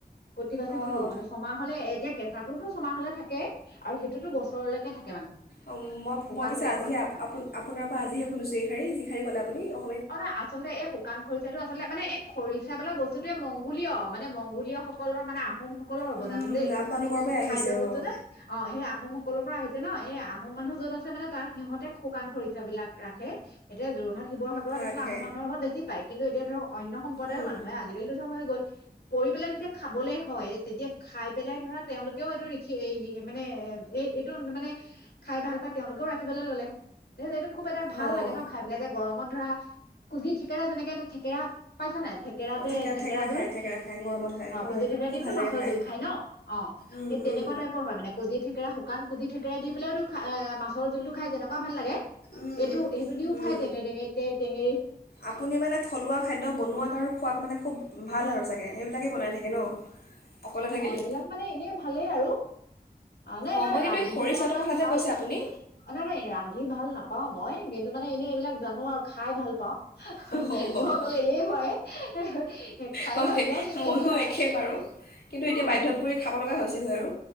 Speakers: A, on the left (about 85°); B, on the left (about 70°).
A: কুটি বাচি
B: অঁ
A: থ'লো, মানে ছমাহ হলে এতিয়া কেঁচাটোতো ছমাহলে থাকে আৰু সেইটোতো বছৰলৈকে থাকে মানে।
B: অ' মই
A: শুকান
B: মই পিছে
A: বিলাকত
B: আজিহে আপোনাৰ পৰা আজিহে শুনিছোঁ এই শাৰী যি শাৰী ক'লে আপুনি অ'।
A: অ' ন আচলতে এই শুকান খৰিচাটো আচলতে মানে এই খৰি ৰিচা বোলা বস্তুতোৱে মংগোলীয়। মানে মংগোলীয় সকলৰ মানে আহোমসকলৰ অৱদান
B: উম,
A: দেই,
B: আপোনালোকৰ পৰাই আহিছে
A: খাদ্য বস্তুটোত
B: অঁ
A: অ', সেই আহোম সকলৰ পৰা আহিছে ন। এই আহোম মানুহ যত আছে মানে তাৰ সিহঁতে শুকান খৰিচা বিলাক ৰাখে। এতিয়া যোৰহাট শিৱ বোৰত
B: ৰাখে
A: আছলতে আহোম মানুহৰ ঘৰত বেছি পায়। কিন্তু এতিয়া ধৰক অন্য সম্পদায়ৰ
B: উম
A: মানুহে আজিকালিতো চব হৈ গ'ল। কৰি পেলাই যেতিয়া খাবলৈ হয় তেতিয়া খাই পেলাই ধৰা তেওঁলোকেও এইটো ৰিখি এৰি নিদিয়ে মানে এইটো মানে খাই ভাল পাই তেওঁ তেওঁলোকেও ৰান্ধিবলৈ ল'লে এইটো খুব এটা ভাল
B: অঁ
A: লাগে ন' খাই পেলাই এতিয়া গৰমত ধৰা কুজি থেকেৰা যেনেকে এটা থেকেৰা পাইছা নাই? থেকেৰা
B: অঁ
A: যে থেকেৰা জোল
B: খায় থেকেৰা খায় গৰমত খায়
A: অ, '
B: হয়
A: কোজি থেকেৰা
B: খুব
A: দি
B: ভাল
A: টো
B: লাগে
A: মাছৰ
B: খায়
A: জোল খাই ন' অ'
B: উম
A: সেই তেনেকুৱা
B: উম
A: টাইপৰ হয় মানে কোজি থেকেৰা শুক শুাকান কুজি থেকেৰা দি পেলাইতো খা মাছৰ জোলটো খাই যেনেুৱা ভাল লাগে
B: উম
A: এইটো সেইটো দিও
B: উম
A: খায় টেঙেৰি টেঙেৰি তে
B: আপুনি মানে থলুৱা খাদ্য বনোৱাত আৰু খোৱাত মানে খুব ভাল আৰু ছাগে সেইবিলাকেই বনাই থাকে ন। অকলে থাকিলেও
A: অ, ' এইবিলাক মানে এনেই ভা ভালেই আৰু অ' নাই
B: অঁ
A: নাই
B: মই কিন্তু
A: ৰান্ধি
B: এই খৰিচাটোৰ
A: মই ইমান
B: কথা
A: ভাল
B: যে কৈছে আপুনি
A: নাই নাই ৰান্ধি ভাল নাপা পাওঁ মই কিন্তু মানে এনেই এইবিলাক জানো আৰু খায় ভাল পাওঁ,
B: অহ হ
A: মই অলপ
B: হ
A: এলেহুৱাই খায়
B: হয়
A: ভাল পাওঁ কিন্তু
B: ময়ো
A: এতিয়া
B: একেই বাৰু কিন্তু
A: অ
B: এতিয়া বাধ্যত পৰি খাৱ লগা হৈছে গৈ আৰু